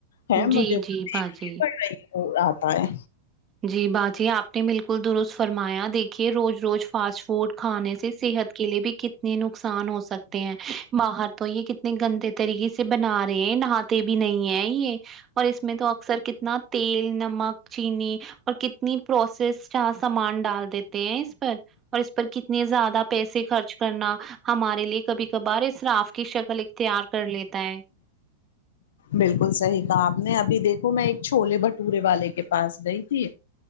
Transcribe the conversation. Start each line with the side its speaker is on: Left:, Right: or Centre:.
Left: ہے
Right: جی
Left: مجھے تو
Right: جی
Left: دیکھنی
Right: باجی
Left: پڑ رہی ہے وہ آتا ہے
Right: جی باجی آپ نے بالکل درست فرمایا دیک کہ روز روز فاسٹ فوڈ کھانے سے صحت کے لیے بھی ک تنے نقصان ہو سکتے ہیں باہر تو یہ کتنے گندے طریقے سے سے بنا رہے ہیں نہاتے بھی نہیں ہے یہ اور اس میں تو اکثر کتنا تیل نمک چینی اور کتنی پروسیسڈ سامان ڈال دیتے ہیں اس پر اور اس پر کتنے زیادہ پیسے خرچ کرنا ہمارے لیے کبھی کبھار اسراف کی شکل اختیار کر لیتا ہے
Left: بالکل صحیح کہا آپ نے ابھی دیکھو میں ایک چھولے بھٹورے والے کے پاس گئی تھی